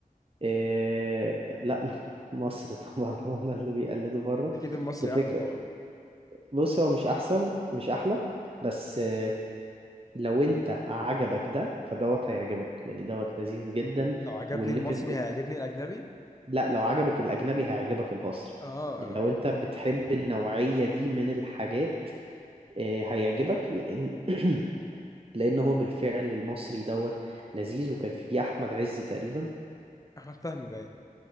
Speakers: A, on the right; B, on the left.
A: إيه لا <laughs> مصر طبعا هم اللي بيقلدوا بره
B: ده كده المصري
A: بس الفكرة
B: احلى طبعا
A: بص هو مش أحسن مش أحلى بس إيه، لو أنت عجبك ده فدوت هيعجبك يعني دوت لذيذ جدا
B: لو عجبني
A: والليفل
B: المصري
A: ب...
B: هيعجبني الاجنبي
A: لا لو عجبك الأجنبي هيعجبك المصري
B: اه
A: يعني
B: لو
A: لو
B: عجبني
A: أنت بتحب
B: الافلام
A: النوعية دي من الحاجات إيه، هيعجبك لأن <clears throat> لأن هو بالفعل المصري دوت لذيذ وكان فيه أحمد عز تقريبا
B: احمد فهمي باين